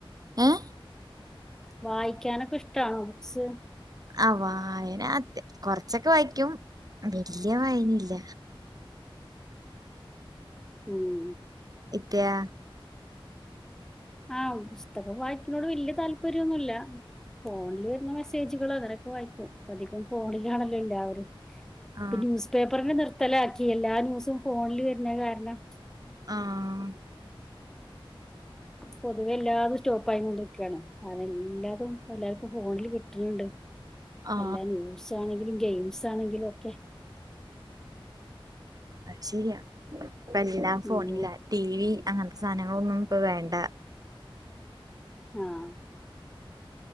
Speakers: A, on the right (about 40°); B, in the centre.
A: ഏഹ്
B: വായിക്കാനൊക്കെ ഇഷ്ടണോ ബുക്സ്
A: ആ വായന കൊറച്ചൊക്കെ വായിക്കും വല്യ വായന ഇല്ല
B: ഉം
A: ഇത്യാ
B: ആഹ് പുസ്തകം വായിക്കിനോണ്ട് വല്യ താല്പര്യൊന്നുല്ല ഫോണില് വര്ന്ന മെസ്സേജുകള് അങ്ങ നൊക്കെ വായിക്കും പ്പോ അധികും ഫോണിലാണല്ലോ എല്ലാവരും ഇപ്പ
A: ആ
B: ന്യൂസ് പേപ്പറെന്നെ നിർത്തലാക്കി എല്ലാ ന്യൂസും ഫോണില് വര്നെ കാര്ണം
A: ആഹ്
B: പൊതുവെ എല്ലാതും സ്റ്റോപ്പായി കൊണ്ട്ക്കാണ് അതെല്ലാതും എല്ലാർക്കും ഫോണില് കിട്ട്ണ് ണ്ട്
A: ആ
B: അല്ല ന്യൂസ് ആണെങ്കിലും ഗെയിംസ് ആണെങ്കിലും ഒക്കെ
A: അയ് ശരിയാ പ്പ എല്ലാം ഫോണില
B: ഉം
A: ടി വി അങ്ങന് ത്തെ സാനങ്ങളൊന്നും പ്പ വേണ്ട
B: ആഹ്